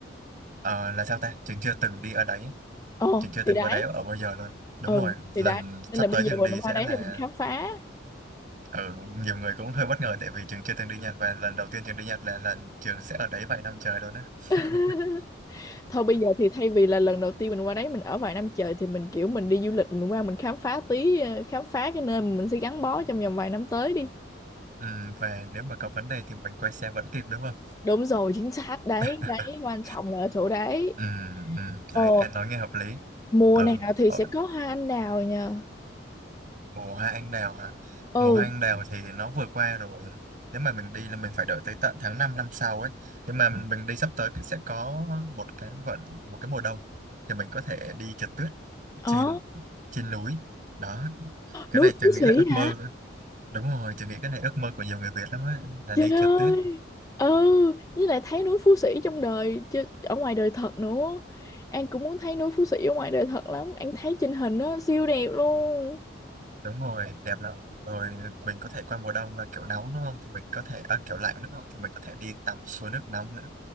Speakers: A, on the right; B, on the left.
A: ờ, là sao ta? Trường chưa từng đi ở đấy,
B: Ồ,
A: trường chưa từng
B: thì đấy.
A: qua đấy ở bao giờ luôn. Đúng
B: Ừ,
A: rồi,
B: thì
A: lần
B: đấy. Nên
A: sắp
B: là bây
A: tới trường
B: giờ
A: đi
B: mình
A: sẽ
B: qua đấy
A: là
B: để mình khám phá.
A: Ừ, nhiều người cũng hơi bất ngờ tại vì Trường chưa từng đi Nhật và lần đầu tiên Trường đi Nhật là lần Trường sẽ ở đấy vài năm trời luôn á.
B: <laughs>
A: <laughs>
B: Thôi bây giờ thì thay vì là lần đầu tiên mình qua đấy mình ở vài năm trời thì mình kiểu mình đi du lịch mình qua mình khám phá tí ờ, khám phá cái nơi mà mình sẽ gắn bó trong vòng vài năm tới đi.
A: Ừ, và nếu mà có vấn đề thì mình quay xe vẫn kịp đúng không?
B: Đúng rồi, chính xác đấy,
A: <laughs>
B: đấy quan trọng là ở chỗ đấy.
A: Ừ, ừ,
B: Ồ,
A: đấy, anh nói nghe hợp lý.
B: mùa
A: Ừ,
B: nào thì
A: ờ,
B: sẽ có hoa anh đào nha.
A: mùa hoa anh đào hả?
B: Ừ.
A: Mùa hoa anh đào thì nó vừa qua rồi. Nếu mà mình đi là mình phải đợi tới tận tháng 5 năm sau ấy. Nhưng mà mình, mình đi sắp tới thì sẽ có một cái gọi một cái mùa đông thì mình có thể đi trượt tuyết trên
B: Ồ.
A: trên núi. Đó, cái
B: Núi
A: này Tường
B: Phú
A: nghĩ là
B: Sĩ
A: ước mơ
B: hả?
A: Đúng rồi, tôi nghĩ cái này ước mơ của nhiều người Việt lắm ấy, là đi
B: Trời ơi.
A: trượt tuyết.
B: ừ với lại thấy núi Phú Sĩ trong đời chứ ở ngoài đời thật nữa An cũng muốn thấy núi Phú Sĩ ở ngoài đời thật lắm An thấy trên hình nó siêu đẹp luôn
A: Đúng rồi, đẹp lắm. Rồi mình có thể qua mùa đông và kiểu nóng đúng không? Thì mình có thể, à, kiểu lạnh đúng không? Thì mình có thể đi tắm suối nước nóng nữa.